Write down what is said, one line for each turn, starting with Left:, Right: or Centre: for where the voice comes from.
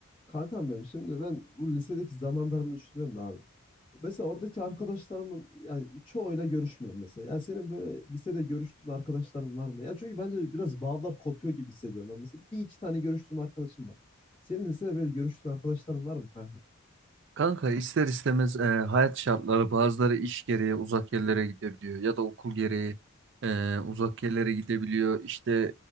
Left: Kankam benim şimdi ben bu lisedeki zamanlarımı düşünüyorum da abi. Mesela oradaki arkadaşlarımın yani çoğuyla görüşmüyorum mesela. Yani senin böyle lisede görüştüğün arkadaşların var mı? Yani çünkü bence biraz bağlar kopuyor gibi hissediyorum ben mesela. Bir iki tane görüştüğüm arkadaşım var. Senin lisede böyle görüştüğün arkadaşların var mı kanka?
Right: Kanka ister istemez e, hayat şartları bazıları iş gereği uzak yerlere gidebiliyor ya da okul gereği e, uzak yerlere gidebiliyor. İşte